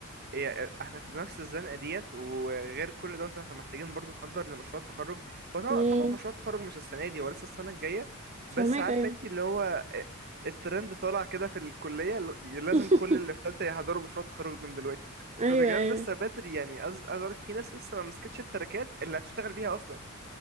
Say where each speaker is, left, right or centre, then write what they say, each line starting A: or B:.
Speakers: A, on the right; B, on the right.
A: إيه احنا في نفس الزنقه ديت وغير كل دوت احنا محتاجين برضو نحضر لمشروع التخرج هو طبعا
B: امم
A: طبعا مشروع التخرج مش السنه دي هو لسه السنه الجايه
B: فهماك
A: بس عارفه
B: ايوه
A: انت اللي هو إيه، الترند طالع كده في الكليه ل- لازم
B: <laughs>
A: كل اللي في ثالثه يحضروا مشروع التخرج من دلوقتي
B: ايوه
A: طب يا جدعان
B: ايوه
A: لسه بدري يعني عايز عايز اقول لك في ناس لسه ما مسكتش التراكات اللي هتشتغل بيها اصلا